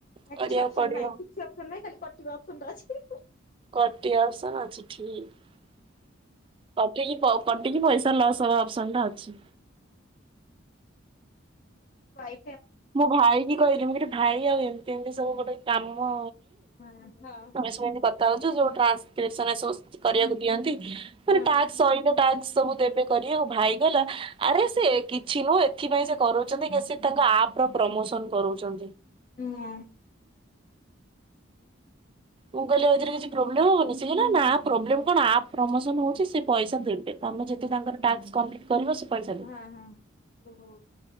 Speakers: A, on the left (about 45°); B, on the right (about 25°).
A: ଆ
B: କରିବାକୁ
A: କିଛି ଅପସନ
B: ପଡିବ
A: ନାହିଁ କିଛି ଅପସନ ନାହିଁ ଖାଲି କଟିବ ଅପସନ ଟା ଅଛି।
B: କଟି ଅପସନ ଅଛି ଠିକ <unintelligible> କଟିକି ପଇସା ଲସ୍ ହବା ଅପସନ ଟା ଅଛି।
A: ଭାଇ
B: ମୁଁ ଭାଇ କି କହିଲି ମୁ ଭାଇ ଆଉ ଏମିତି ଏମିତି ସବୁ ଗୋଟେ କାମ
A: ହଁ ହଁ
B: ତମେ ସେତି କଥା ହୋଉଚୁ ସବୁ ଟ୍ରାନ୍ସସ ସବୁ କରିବାକୁ ଦିଅନ୍ତି। ମାନେ
A: ହଁ
B: ତା ସହିତ ସବୁ ଦେବେ କରିବାକୁ ଭାଇ କହିଲା ଆରେ ସେ କିଛି ନୁହଁ ଏଥିପାଇଁ ସେ କରୋଉଚନ୍ତି କି ସେ ତାଙ୍କ ଆପ ପ୍ରମୋସନ କରୁଛ
A: ହୁଁ।
B: ମୁଁ କହିଲି ଏଇଥୀରେ କିଛି ପ୍ରୋବ୍ଲେ ହବନି। ସେ କହିଲା ନା ପ୍ରୋବ୍ଲେମ୍ କଣ ଆ ପ୍ରମୋସନ ହୋଉଚି ସେ ପଇସା ଦେବେ ତମେ ଯେତେ ତାଙ୍କର ଟା କମ୍ପ୍ଟ୍ କରିବ ପଇସା ଦେବେ।
A: ହଁ ହଁ ଓହୋ।